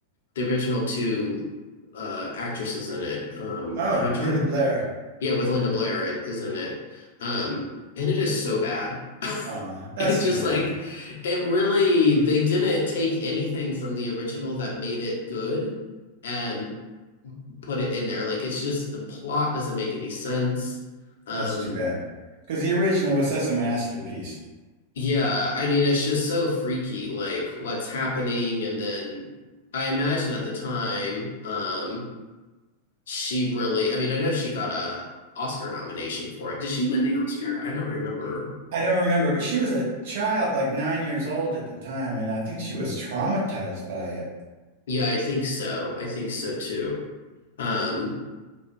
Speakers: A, on the left (about 60°); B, on the right (about 55°).
A: the original two uh actresses in it. Um,
B: Oh,
A: and I'm
B: Linda
A: trying to
B: Blair.
A: yeah, with Linda Blair it is in it. Um, and it is so bad. <laughs>
B: Uh, that's
A: It's
B: too
A: just
B: bad.
A: like it really they didn't take anything from the original that made it good and put it in there. Like it's just the plot doesn't make any sense. Um,
B: That's too bad. Because the original was such a masterpiece.
A: Yeah, I mean, it's just so freaky, like what's happening. And then I imagine at the time, um, she really, I mean, I know she got a Oscar nomination for it. Did she win the Oscar? I don't remember.
B: I don't remember, but she was a child, like nine years old at the time, and I think she was traumatized by it.
A: Yeah, I think so. I think so too. Um,